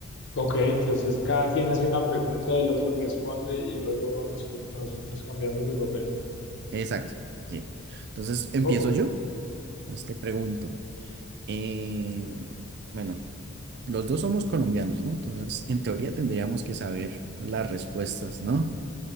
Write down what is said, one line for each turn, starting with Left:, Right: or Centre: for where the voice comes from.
Left: Ok, entonces cada quien hace una pregunta, el otro responde y luego nos, tur- nos, nos cambiamos de papel.
Right: exacto. Sí. Entonces empiezo
Left: Ok,
Right: yo. Entonces te pregunto. eh, bueno, los dos somos colombianos, ¿no? Entonces, en teoría tendríamos que saber las respuestas, ¿no?